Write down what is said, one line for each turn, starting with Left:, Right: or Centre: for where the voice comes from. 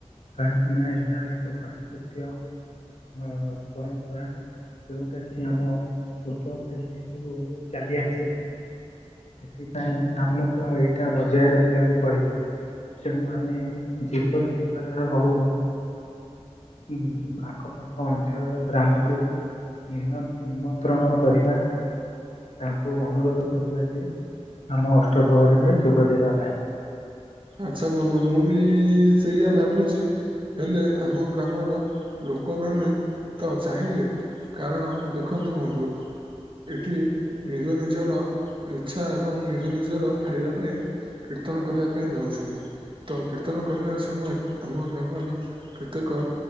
Left: କାହିଁକିନା ଏହା ଏକ ପାଶ୍ଚାତ୍ୟ ଅ ପରମ୍ପରା। ଯେଉଁଟା କି ଆମ ପୂର୍ବ ପିଢୀ ସବୁ ଚାଲି ଆସେ। ସେଥିପାଇଁଁ ଆମକୁ ଆଉ ଏଇଟା ବଜାୟ ରଖିବାକୁ ପିଡିବ ତେଣୁ ଆମେ ଯେପରି ପ୍ରକାରର ହଉ ହୁଁ ଆଖପାଖ ଅଞ୍ଚଳର ଗ୍ରାମକୁ <unintelligible> ନିମନ୍ତ୍ରଣ କରିବା। ତାଙ୍କୁ ଅନୁରୋଧ କରିବା ଯେ ଆମ ଅଷ୍ଟପହରୀରେ ଯୋଗ ଦେବା ପାଇଁ।
Right: ଆଚ୍ଛା ବନ୍ଧୁ ମୁଁ ବି ସେଇଆ ଭାବୁଚି। ହେଲେ ଆମ ଗ୍ରାମର ଲୋକମାନେ ତ ଚାହିଁଲେ। କାରଣ ଦେଖନ୍ତୁ ବନ୍ଧୁ। ଏଠି ନିଜ ନିଜର ଇଚ୍ଛା ଏବଂ ନିଜ ନିଜର ଫାଇଦା ପାଇଁ କୀର୍ତ୍ତନ କରିବା ପାଇଁ ଯାଉଛନ୍ତି ତ କୀର୍ତ୍ତନ କରିବା ସମୟରେ ଆମ ଗ୍ରାମର କେତେକ